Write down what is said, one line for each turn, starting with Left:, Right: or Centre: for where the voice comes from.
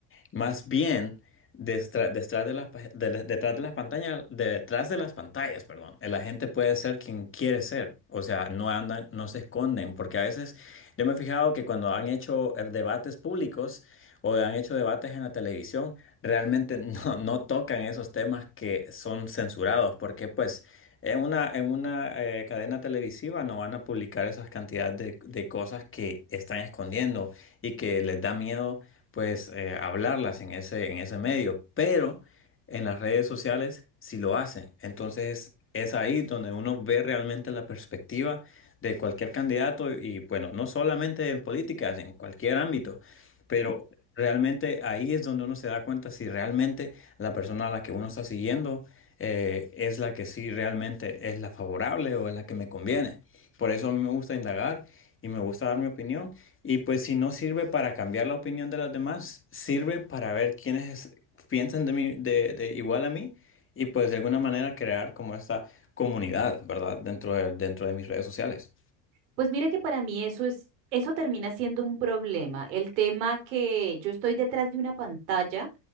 Left: más bien, destra- detrás de las, pa- de la- detrás de las pantallas, detrás de las pantallas, perdón, la gente puede ser quien quiere ser. O sea, no andan, no se esconden, porque a veces yo me he fijado que cuando han hecho eh, debates públicos o han hecho debates en la televisión, realmente <laughs> no, no tocan esos temas que son censurados, porque pues en una, en una eh, cadena televisiva no van a publicar esas cantidades de, de cosas que están escondiendo y que les da miedo pues eh, hablarlas en ese, en ese medio, pero en las redes sociales sí lo hacen. Entonces es ahí donde uno ve realmente la perspectiva de cualquier candidato y bueno, no solamente en políticas, en cualquier ámbito, pero realmente ahí es donde uno se da cuenta si realmente la persona a la que uno está siguiendo eh, es la que sí realmente es la favorable o es la que me conviene. Por eso a mí me gusta indagar y me gusta dar mi opinión. Y pues si no sirve para cambiar la opinión de los demás, sirve para ver quiénes piensan de mí, de, de igual a mí y pues de alguna manera crear como esta comunidad, ¿verdad? Dentro de, dentro de mis redes sociales.
Right: Pues mira que para mí eso es, eso termina siendo un problema. El tema que yo estoy detrás de una pantalla